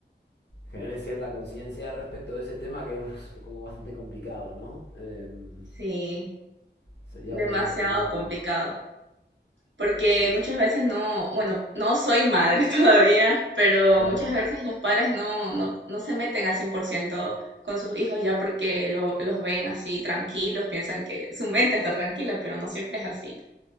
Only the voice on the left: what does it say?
genere cierta conciencia respecto de ese tema que es como bastante complicado, ¿no? Em,
sería
bueno que tenga un...
Sí,
claro.